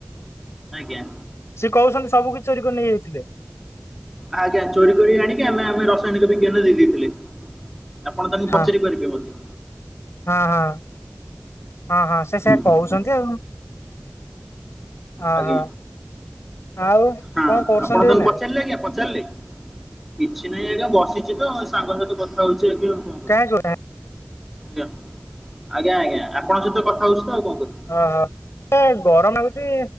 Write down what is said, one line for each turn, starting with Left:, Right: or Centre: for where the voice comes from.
Centre: ଆଜ୍ଞା।
Left: ସିଏ କହୁଛନ୍ତି ସବୁ କିଛି ଚୋରିକରି ନେଇଯାଇଥିଲେ।
Centre: ଆଜ୍ଞା ଚୋରି କରି ଆଣିକି ଆମେ ଆମେ ରସାୟନିକ ବିଜ୍ଞାନ ଦେଇଦେଇଥିଲେ। ଆପଣ ତାଙ୍କୁ
Left: ହଁ
Centre: ପଚାରି ପାରିବେ ମଧ୍ୟ।
Left: ହଁ ହଁ ହଁ ହଁ ତ ସେଇଆ
Centre: ହୁଁ ଆଜ୍ଞା
Left: କହୁଛନ୍ତି ଆଉ ଅହୋ
Centre: ଆଜ୍ଞା
Left: ଆଉ
Centre: ହଁ
Left: କଣ କରୁଛନ୍ତି
Centre: ଆପଣ
Left: ଏଇନା?
Centre: ତାଙ୍କୁ ପଚାରିଲେ ଆଜ୍ଞା ପଚାରିଲେ? କିଛି ନାହିଁ ଆଜ୍ଞା ବସିଛି ତ ସାଙ୍ଗ ସହିତ କଥା ହଉଛି ଆଜ୍ଞା କ
Left: କାଁ କୋ
Centre: ଆଜ୍ଞ ଆଜ୍ଞା ଆଜ୍ଞା ଆପଣଙ୍କ ସହିତ କଥା ହଉଛି ତ ଆଉ କଣ କରିବି। ହୁଁ
Left: ଓହୋଏ ଗରମ ଲାଗୁଛି।